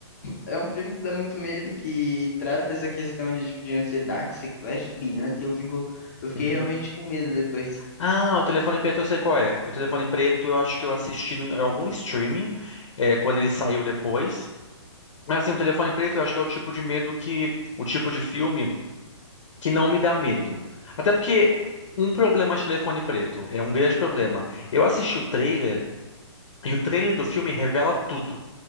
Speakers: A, on the left; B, on the left.
A: é um filme que dá muito medo, que trata essa questão de, tipo, de ansiedade, sequestro de criança, e eu fico, eu fiquei
B: Uhum.
A: realmente com medo depois.
B: Ah, o telefone preto eu sei qual é. O telefone preto eu acho que eu assisti em algum streaming, é, quando ele saiu depois. Mas assim, o telefone preto eu acho que é o tipo de medo que, o tipo de filme que não me dá medo. Até porque um problema de telefone preto é um grande problema. Eu assisti o trailer e o trailer do filme revela tudo.